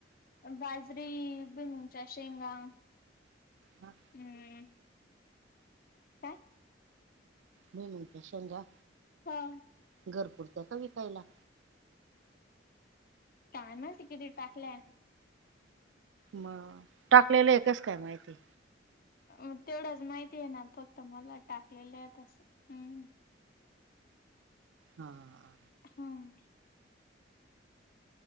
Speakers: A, on the left; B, on the right.
A: बाजरी, भुईमुगच्या शेंगा.
B: हा.
A: हम्म काय?
B: भुईमुगच्या शेंगा.
A: हा.
B: घरपुरत का विकायला?
A: काय माहिती किती टाकल्यात?
B: म् टाकलेल्या हे कस काय माहिती?
A: म तेवढ्याच माहिती ये ना, फक्त मला टाकलेले आहेत असं हम्.
B: हा, हा.
A: हां.